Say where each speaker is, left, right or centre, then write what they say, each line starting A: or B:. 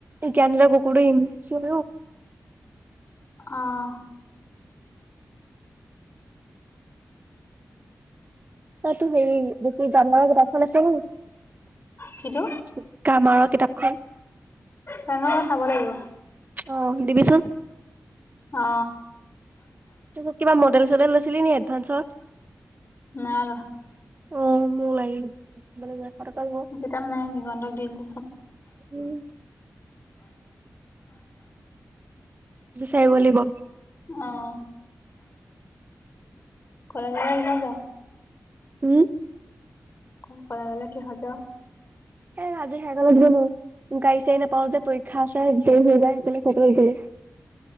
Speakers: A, on the right (about 30°); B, on the left (about 45°).
A: জানৰ কুকুৰোম চ
B: অ অ
A: তাতো হেৰিতি গামাৰা কিতাপখন আছে ন
B: কিটো
A: গামাৰা কিতাপখন
B: জানো চাব লাগিব
A: অহ দিবিচোন
B: অ
A: তাৰছত কিবা মডেল চডেল লৈছিলি নি এডভান্সৰ
B: নালোৱা
A: অ মোক লাগি টকা ল'ব
B: কিতাপ নাই দিগন্ত দি দিলো চব
A: উম বিচাৰিব লাগিব
B: অহ খোলা জেগা আহা যাও
A: হোম
B: কৰ পৰা জানো কিহত যাও
A: সে আজি খাই গাল গাড়ী চাড়ী নাপাও যে পৰীক্ষা আছে দেৰি হৈ যায় সেইকাৰণে কতো নোসোমাও